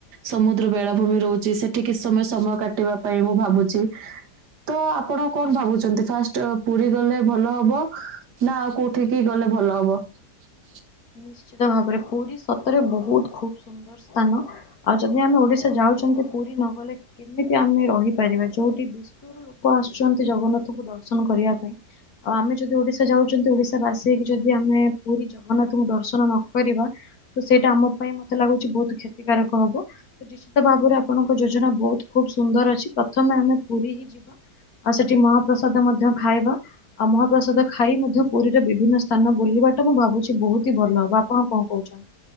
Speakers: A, on the right; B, on the left.
A: ସମୁଦ୍ର ବେଳାଭୂମି ରହୁଛି ସେଠି କିଛି ସମୟ ସମୟ କାଟିବା ପାଇଁ ମୁଁ ଭାବୁଛି। ତ ଆପଣ କଣ ଭାବୁଛନ୍ତି ଫାଷ୍ଟ ପୁରୀ ଗଲେ ଭଲ ହବ ନା ଆଉ କୋଉଠିକି ଗଲେ ଭଲ ହବ? ହଁ।
B: ନିଶ୍ଚିତ ଭାବରେ ପୁରୀ ସତରେ ବହୁତ ଖୁବ ସୁନ୍ଦର ସ୍ଥାନ ଆଉ ଯଦି ଯଦି ଆମେ ଓଡିଶା ଯାଉଛନ୍ତି ପୁରୀ ନ ଗଲେ କେମିତି ଆମେ ର ପାରିବା ଯୋଉଠି ବିଶ୍ଵର ଲୋକ ଆସୁଛନ୍ତି ଜଗନ୍ନାଥଙ୍କୁ ଦର୍ଶନ କରିବା ପାଇଁ ଆଉ ଆମେ ଯଦି ଓଡିଶା ଯାଉଛନ୍ତି ଓଡିଶାବାସି ହେଇକି ଯଦି ଆମେ ପୁରୀ ଜଗନ୍ନା ଦର୍ଶନ ନ କରିବା ତ ସେଇଟା ଆମ ପାଇଁ ମତେ ଲାଗୁଛି ବହୁତ କ୍ଷତିକାରକ ହବ ତ ନିଶ୍ଚିତ ଭାବେ ଭାବରେ ଆପଣଙ୍କ ଯୋଜନା ବହୁତ ଖୁବ ସୁନ୍ଦର ଅଛି ପ୍ରଥମେ ଆମେ ପୁରୀ ହିଁ ଯିବା। ଆଉ ସେଠୀ ମହାପ୍ରସାଦ ମଧ୍ୟ ଖାଇବା ଆଉ ମହାପ୍ରସାଦ ଖାଇ ମଧ୍ୟ ପୁରୀର ବିଭିନ୍ନ ସ୍ଥାନ ବୁଲିବାଟା ମୁଁ ଭାବୁଛି ବହୁତ ଭଲ ହବ ଆପଣ କଣ କହୁଛନ୍ତି?